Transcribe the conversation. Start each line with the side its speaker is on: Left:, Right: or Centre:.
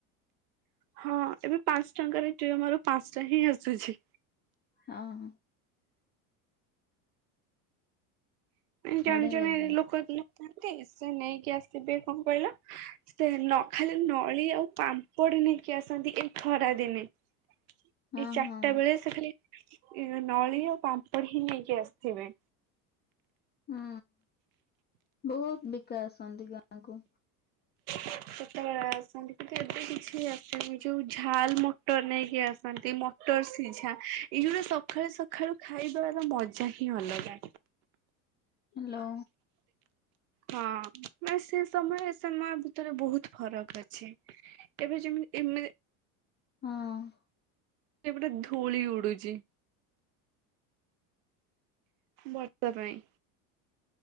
Right: ହଁ ଏବେ ପାଞ୍ଚ ଟଙ୍କାରେ <unintelligible> ପାଞ୍ଚ୍ ଟା ହିଁ ଆସୁଚି।
Left: ହଁ।
Right: ଏମତି <unintelligible>
Left: ବଢିଆ ଲାଗେ
Right: ଲୋକ ଲୋକଥାନ୍ତି ସେ ନେଇକି ଆସିବେ କଣ୍ କହିଲ ସେ ନ- ଖାଲି ନଳି ଆଉ ପାମ୍ପଡି ନେଇକି ଆସନ୍ତି ଏଇ ଖରା ଦିନେ। ଏଇ
Left: ହଁ
Right: ଚାରିଟା
Left: ହଁ
Right: ବେଳେ ସେ ଖାଲି ନଳି ଓ ପାମ୍ପଡି ହିଁ ନେଇକି ଆସିଥିବେ।
Left: ହୁଁ ବହୁତ୍ ବିକା ଆସନ୍ତି ଗାଁ କୁ
Right: ସେତେବେଳେ ଆସନ୍ତି କିନ୍ତୁ ଏବେ କିଛି ଆସେନି ଯଉ ଝାଲ୍ ମୁ ମଟର୍ ନେଇକି ଆସନ୍ତି ମଟର୍ ସି ସିଝା ଏଇଗୁଡା ସଖାଳୁ ସଖାଳୁ ଖାଇବାର ମଜା ହିଁ ଅଲଗା।
Left: ହାଲୋ।
Right: ହଁ ବା ସେ ସମୟ ଏସମୟ ଭିତରେ ବହୁତ୍ ଫରକ୍ ଅଛି ଏବେ ଯେମିତି ଏମେ
Left: ହଁ।
Right: ସେଇପଟେ ଧୂଳି ଉଡୁଚି। ବର୍ଷା ପାଇଁ।